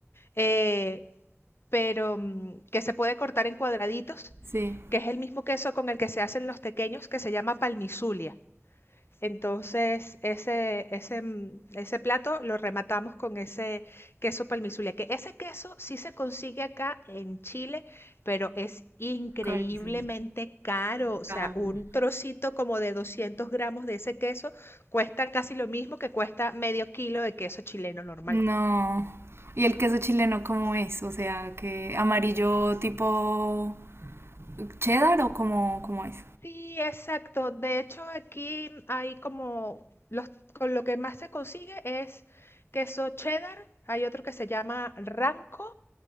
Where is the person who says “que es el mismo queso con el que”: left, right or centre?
Left